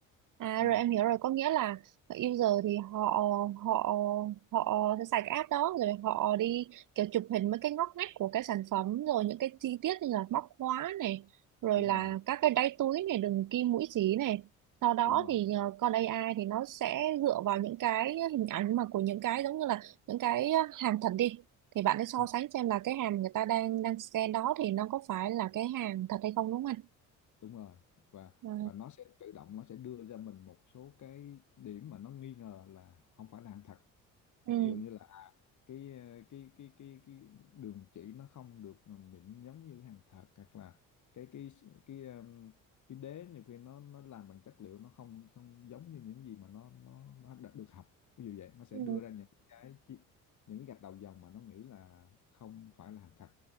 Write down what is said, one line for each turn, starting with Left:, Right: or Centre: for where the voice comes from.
Right: à
Left: Ừ,
Right: rồi em hiểu rồi có nghĩa là user thì họ họ họ sẽ xài cái app đó rồi họ đi kiểu chụp hình mấy cái ngóc ngách của cái sản phẩm rồi những cái chi tiết như là móc khóa này rồi
Left: đúng
Right: là
Left: rồi
Right: các cái đáy túi này đường kim mũi xí này sau đó
Left: đúng rồi
Right: thì ờ, con AI thì nó sẽ dựa vào những cái hình ảnh mà của những cái giống như là những cái hàng thật đi thì bạn sẽ so
Left: Ừ.
Right: sánh xem là cái hàng người ta đang đang scan đó thì nó có phải là cái hàng thật hay không đúng không anh?
Left: đúng rồi và
Right: À,
Left: và nó sẽ tự động nó sẽ đưa ra mình một số cái điểm mà nó nghi ngờ là không phải là hàng thật
Right: ừ.
Left: ví dụ như cái ờ, cái cái cái cái đường chỉ nó không được ờ, mịn giống như cái hàng thật hoặc là cái cái cái um, cái đế nhiều khi nó nó làm bằng chất liệu nó không không giống như những gì mà nó nó nó đã được học ví dụ vậy nó sẽ
Right: Ừ.
Left: đưa ra những cái chi- những cái gạch đầu dòng mà nó nghĩ là không phải là hàng thật